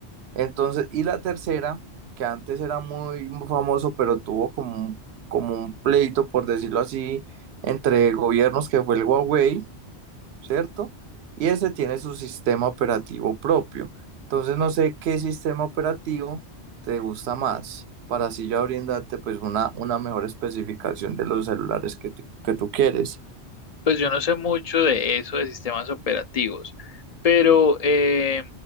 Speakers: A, on the right; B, on the left.
A: Entonces, y la tercera, que antes era muy famoso, pero tuvo como un, como un pleito, por decirlo así, entre gobiernos, que fue el Huawei, ¿cierto? Y ese tiene su sistema operativo propio. Entonces, no sé qué sistema operativo te gusta más, para así ya brindarte pues una, una mejor especificación de los celulares que, te- que tú quieres.
B: Pues yo no sé mucho de eso, de sistemas operativos, pero eh,